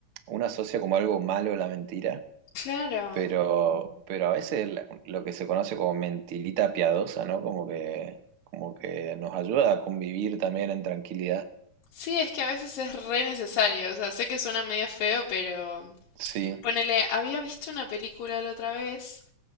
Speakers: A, on the right (about 65°); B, on the left (about 80°).
A: uno asocia como algo malo la mentira,
B: Claro.
A: pero, pero a veces la- lo que se conoce como mentirita piadosa, ¿no? Como que, como que nos ayuda a convivir también en tranquilidad.
B: Sí, es que a veces es re necesario. O sea, sé que suena medio feo, pero...
A: Sí,
B: Ponele, había visto una película la otra vez